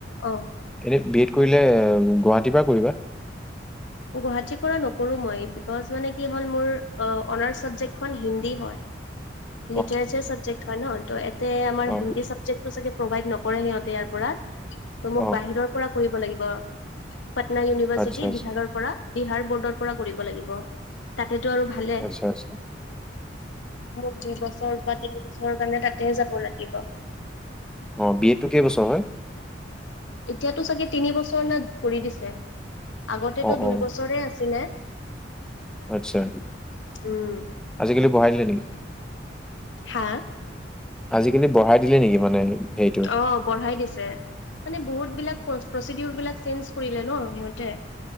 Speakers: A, on the left; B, in the centre.
A: অঁ
B: এনেই বি এড কৰিলে এ গুৱাহাটীৰ পৰাই কৰিবা?
A: গুৱাহাটীৰ পৰা নকৰোঁ মই বিকউজ মানে কি হ'ল মোৰ অঁ অনাৰ্চ চাবজেক্টখন হিন্দী হয়।
B: <inaudible>
A: লিটাৰেচাৰ চাবজেক্ট হয় ন, ত' এতে আমাৰ
B: অ'।
A: হিন্দী চাবজেক্ট টো চাগে প্ৰভাইড নকৰে সিহঁতে ইয়াৰ পৰা, ত' মোক
B: অ
A: বাহিৰৰ পৰা কৰিব লাগিব। পাটনা ইউনিভাৰ্চিটি
B: আচ্ছা আচ্ছা
A: বিহাৰৰ পৰা বিহাৰ বৰ্ডৰ পৰা কৰিব লাগিব। তাতেটো আৰু ভালে।
B: আচ্ছা আচ্ছা
A: মোৰ দুই বছৰ বা তিনি বছৰৰ কাৰণে তাতে যাব লাগিব।
B: অ বি এডটো কেইবছৰ হয়?
A: এতিয়াতো চাগে তিনি বছৰ না কৰি দিছে। আগতেটো
B: অ
A: দুই
B: অ
A: বছৰে আছিলে।
B: আচ্ছা,
A: উম
B: আজিকালি বঢ়াই দিলে নেকি?
A: হা?
B: আজিকালি বঢ়াই দিলে নেকি মানে? হেৰিটো
A: অঁ বঢ়াই দিছে। মানে বহুত বিলাক প্ৰ প্ৰচিডিউলবিলাক চেঞ্জ কৰিলে ন সিহঁতে।